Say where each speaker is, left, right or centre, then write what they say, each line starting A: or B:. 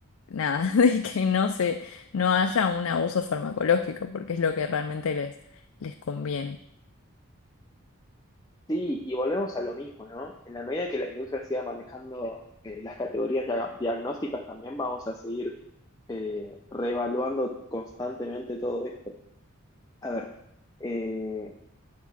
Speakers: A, on the left (about 75°); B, on the left (about 15°).
A: nada, <laughs> de que no se, no haya un abuso farmacológico, porque es lo que realmente les, les conviene.
B: Sí, y volvemos a lo mismo, ¿no? En la medida que la industria siga manejando eh, las categorías dia- diagnósticas, también vamos a seguir eh, reevaluando constantemente todo esto. A ver, eh,